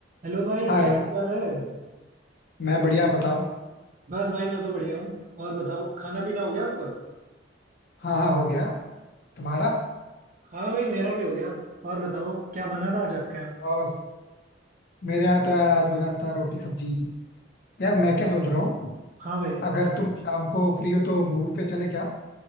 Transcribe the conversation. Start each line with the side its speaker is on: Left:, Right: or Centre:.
Right: Hello भाई
Left: हाय
Right: क्या हाल चाल है
Left: मैं बढ़िया आप बताओ
Right: बस भाई मैं तो बढ़िया हूँ और बताओ खाना पीना हो गया आपका
Left: हाँ हाँ हो गया तुम्हारा
Right: हाँ भाई मेरा भी हो गया और बताओ क्या बना था आज आपके यहाँ
Left: और मेरे यहाँ तो यार आज बना था रोटी सब्जी यार मैं क्या सोच रहा हूँ
Right: हाँ भाई
Left: अगर तुम शाम को फ्री हो तो मूवी पे चले क्या